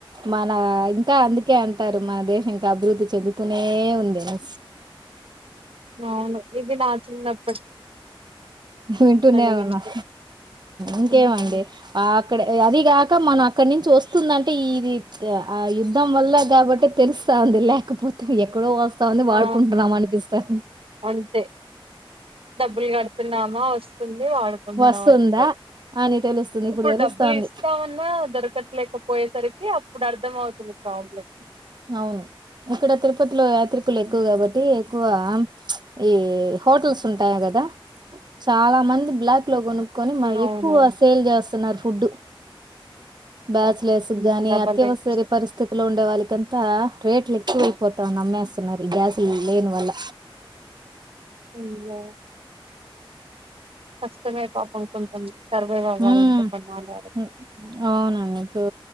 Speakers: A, on the right (about 50°); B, on the right (about 80°).
A: మన ఇంకా అందుకే అంటారు మన దేశం ఇంకా అభివృద్ధి చెదువుతూనే ఉంది అ
B: అవును ఇది నా చిన్నప్ప
A: వింటునేవునాం
B: నేనైతే
A: ఇంకేమండి
B: హ్మ్.
A: ఆ అక్కడ అది కాక మనం అక్కడ నుంచి వస్తుందంటే ఇది ఆ యుద్ధం వల్ల కాబట్టి తెలుస్తాంది లేకపోతే ఎక్కడో వస్ వస్తా ఉంది వాడుకుంటున్నాం
B: ఆ
A: అనిపిస్తా
B: అంతే డబ్బులు గ నాము వస్తుంది వాడుకుంటున్నాం
A: వస్తుందా
B: అంతే
A: అని తెలుస్తుంది
B: ఇప్పుడు
A: తెలుస్తాంది
B: డబ్బులు ఇస్తామన్నా దొరకట్లేకపోయేసరికి అప్పుడు అర్థం అవుతు ది ప్రాబ్లం
A: అవును ఇక్కడ తిరుపతిలో యాత్రికులు ఎక్కువ
B: ఉమ్
A: కాబట్టి ఎక్కువ చ్ ఈ హోటల్స్ ఉం టాయి కదా చాల మంది బ్లాక్ లో కొనుకొని
B: అవునవును
A: ఎక్కువ సేల్ చేస్తున్నారు. ఫుడ్
B: అబ్బా
A: బ్యాచలర్స్
B: హ్మ్.
A: గాని
B: డబల్
A: అత్యవసర
B: రేట్స్
A: పరిస్థితిలో ఉ వాలికన్ ఇంత రేట్ లు ఎక్కువై నమ్మేస్తున్నారు ఇ గ్యాస్ లేని వల్ల
B: అయ్యో కష్టమే పాపం కొంటాం సర్వే అవ్వాలంటే
A: ఉమ్
B: కొన్నాళ్ళు ఆగాలి
A: ఉమ్, అవునండి ఇప్పుడు